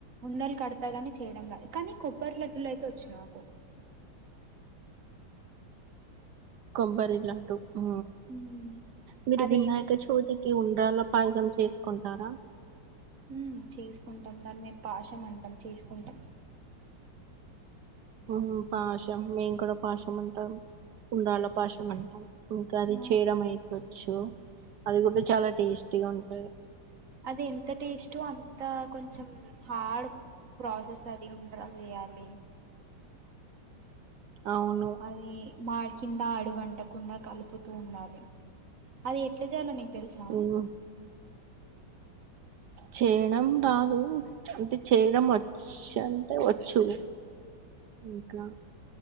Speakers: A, on the right (about 45°); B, on the right (about 65°).
A: ఉండలు కడతా గాని చేయడం కానీ కొబ్బరి లడ్డలు అయితే వచ్చు నాకు <inaudible>
B: కొబ్బరి లాడ్డు ఉ
A: ఉమ్
B: మీరు
A: అదేం
B: వినాయక చవితికి ఉండ్రాళ్ళ పాయసం చేసుకుంటారా
A: ఉ చేసుకుంటాం దాన్ని మేము పాషం అంటాం చేసుకుంటాం
B: ఆ పాషం మేం కూడా పాషం అంటాం ఉండ్రాళ్ళ పాశం అంటాం ఇంకా అది
A: ఆ
B: చేయడం అయిపోవచ్చు అది కూడా చాలా టేస్టీగా ఉంటది
A: అది ఎంత టెస్టో అంత కొంచెం హార్డ్ ప్రాసెస్ అది ఉండ్రాళ్ళు చేయాలి
B: అవును
A: ఆది మా కింద ఆడు వంటకుండా కలుపుతూ ఉండాలి అది ఎట్లా చేయలో నీకు తెలుసా
B: ఉమ్, చేయడం రాదు అంటే చేయడం వచ్చ అంటే వచ్చు ఇంకా